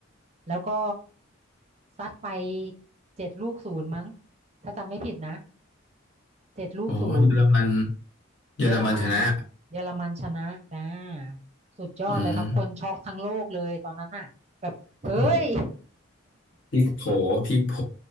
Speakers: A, on the right; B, on the left.
A: แล้วก็ซัดไปเจ็ดลูกศูนย์มั้งถ้าจำไม่ผิดนะเจ็ดลูกศูนย์
B: โอ้เยอรมันเยอรมันชนะ
A: เยอรมันเยอรมันชนะจ้าสุดยอดเลยครับคนช็อกทั้งโลกเลยตอนนั้นน่ะแบบเฮ้ย
B: อืมโอ้ พริกโผพริกโผ